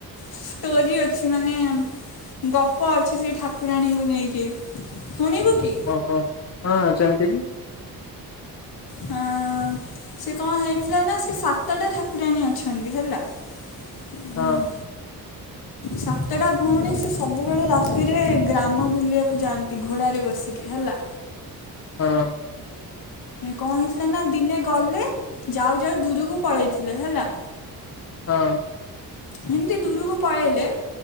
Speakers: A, on the left; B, on the left.
A: ଷ୍ଟୋରି ଅଛି। ମାନେ ଗପ ଅଛି ସେଇ ଠାକୁରାଣୀଙ୍କୁ ନେଇକି। ଶୁଣିବୁ କି
B: ଓହୋ ହଁ ଯେମତିକି
A: ହଁ ସେ କଣ ହେଇଥିଲା। ନା ସେ ସାତଟା ଠାକୁରାଣୀ ଅଛନ୍ତି ହେଲା। ଉଁ,
B: ହଁ।
A: ସାତଟା ଭଉଣୀ ସେ ସବୁବେଳେ ରାତିରେ ଗ୍ରାମ ବୁଲିବାକୁ ଯାଆନ୍ତି। ଘୋଡାରେ ବସିକି ହେଲା।
B: ହଁଅଁ।
A: କଣ ହେଇଥିଲା ନା ଦିନେ ଗଲେ। ଯାଉ ଯାଉ ଦୂରକୁ ପଳେଇଥିଲେ ହେଲା।
B: ହଁ।
A: ହିମିତି ଦୂରକୁ ପଳେଇଲେ।